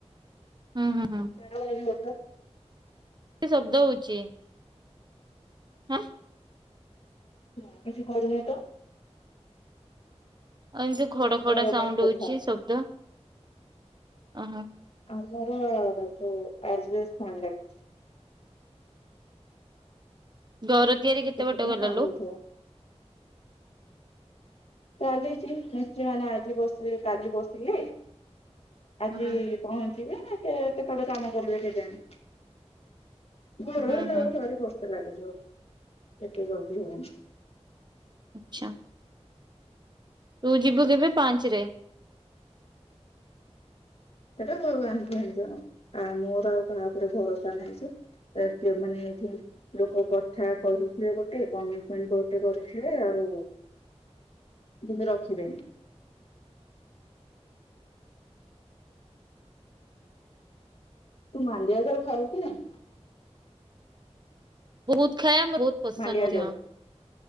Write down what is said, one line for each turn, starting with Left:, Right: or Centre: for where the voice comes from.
Right: ହୁଁ ହୁଁ ହୁଁ ।
Left: ମୋର ଏ ମତ
Right: ଶବ୍ଦ ହଉଚି। ହୁଁ।
Left: ମୁଁ କିଛି କରୁନି ତ।
Right: ଆଉ ଏମିତି ଖଡ଼
Left: ଇୟର
Right: ଖଡ଼
Left: ଫୋନ ଲଗେଇକି
Right: ସାଉଣ୍ଡ
Left: କଥା
Right: ହଉଛି ଶବ୍ଦ ଓହୋ।
Left: ଆମର ଯଉ ଆଜବେଷ୍ଟ ଫୋନ୍ ଲାଗିଚି।
Right: ଘର ତିଆରି କେତେ
Left: ସେଥିପାଇଁ
Right: ବାଟ ଗଲା
Left: ସାଉଣ୍ଡ
Right: ଲ।
Left: ହଉଥିବ ଚାଲିଛି ମିସ୍ତ୍ରୀ ମାନେ ଆଜି ବସିଲେ କାଲି ବସିଲେ । ଆଜି
Right: ହୁଁ
Left: ପହଞ୍ଚିବେ ନା କେ କେତେବେଳେ କାମ କରିବେ କେଜାଣି। ଘଡ଼ଘଡି
Right: ହୁଁ
Left: ତାପରେ
Right: ହୁଁ
Left: ସିଆଡେ ବର୍ଷା ଲାଗିଛି । ଏତେ ଜଲଦି ହଉନି।
Right: ଆଚ୍ଛା । ତୁ ଯିବୁ କେବେ ପାଞ୍ଚରେ ।
Left: ସେଟା ଆଉ ପାଞ୍ଚ ଜଣ ମୋର ଆଉ କାହା ଉପରେ ଭରସା ନାହିଁ ଯେ ମାନେ ଏଠି ଲୋକ କଥା କହିଥିବେ ଗୋଟେ କମିଟମେଣ୍ଟ ଗୋଟେ କରିଥିବେ ଆଉ
Right: <inaudible>
Left: କିନ୍ତୁ ରଖିବେନି ।
Right: <inaudible>
Left: ତୁ ମାଣ୍ଡିଆ ଯାଉ ଖାଉ କି ନାଇ ।
Right: ବହୁତ ଖାଏ ବହୁତ ପସନ୍ଦ
Left: ମାଣ୍ଡିଆ
Right: ମଧ୍ୟ।
Left: ଯାଉ